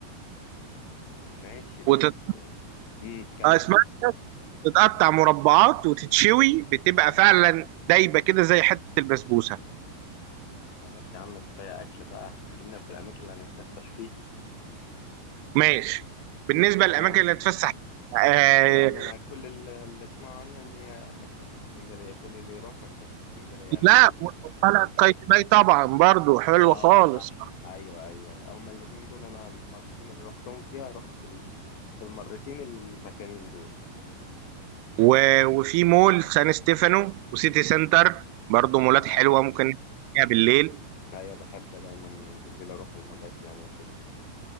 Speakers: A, on the left; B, on the right.
A: ماشي بس
B: وتت...
A: امم كمل
B: آه، اسمها
A: كمل
B: إيه؟ تتقطع مربعات وتتشوي بتبقى فعلا دايبة كده زي حتة البسبوسة
A: خلاص يا عم كفايه اكل بقى خلينا في الاماكن اللي هنتفسح فيها
B: ماشي بالنسبة للأماكن
A: اه
B: اللي تفسح آه...
A: يعني انا كل ال- اللي اسمعه عنها ان هي مكتبه اسكندريه كل اللي يروح مكتبه اسكندريه يعني
B: لا
A: انا
B: وطلعت قايتباي طبعا برضو حلوة
A: واه
B: خالص
A: صح ايوه ايوه هما الاثنين دول انا المرتين اللي رحتهم فيها رحت ال... في المرتين المكانين دول
B: و- وفي مول سان ستيفانو وسيتي سنتر برضه مولات
A: اه
B: حلوه ممكن فيها بالليل
A: ايوه بحب دايما بالليل اروح المولات يعني وكده